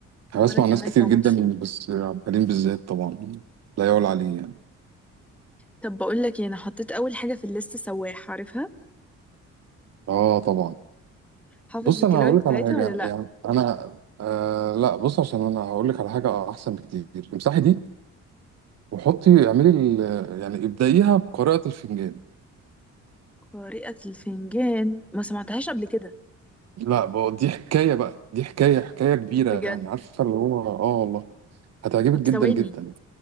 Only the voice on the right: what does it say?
انا بسمع
ناس كتير
جدا
بس عبد الحليم بالذات طبعا لا يعلى عليه يعني
اه طبعا
بص
انا هقول
لك على حاجه
يعني انا آه لا بص عشان انا هقول لك على حاجه احسن بكتير امسحي دي وحطي اعملي ال- يعني ابدأيها بقراءه الفنجان
لا بقى دي حكايه بقى دي حكايه حكايه كبيره
يعني عارفه اللي هو اه والله هتعجبك
جدا
جدا